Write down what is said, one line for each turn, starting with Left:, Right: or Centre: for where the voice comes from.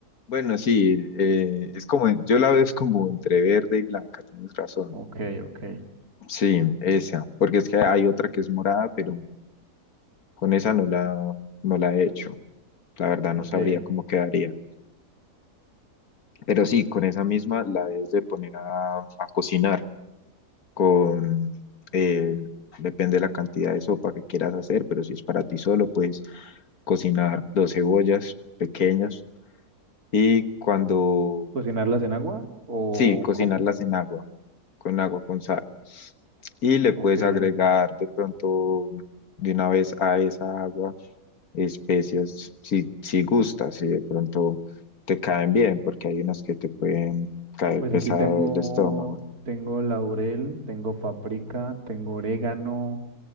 Left: Bueno, sí, eh, es como, yo la veo es como entre verde y blanca, tienes razón.
Right: Ok, ok,
Left: Sí, esa, porque es que hay otra que es morada, pero con esa no la, no la he hecho. La verdad no
Right: ok,
Left: sabría cómo quedaría. Pero sí, con esa misma la debes de poner a, a cocinar. con, eh, depende de la cantidad de sopa que quieras hacer, pero si es para ti solo, puedes cocinar dos cebollas pequeñas y cuando,
Right: ¿Cocinarlas en agua o
Left: sí, cocinarlas
Right: cómo?
Left: en agua, con agua con sal. Y le
Right: ok,
Left: puedes agregar de pronto de una vez a esa agua especias si, si gustas, si de pronto te caen bien, porque hay unas que te pueden caer
Right: Pues
Left: pesado
Right: aquí tengo,
Left: el estómago.
Right: tengo laurel, tengo paprika, tengo orégano,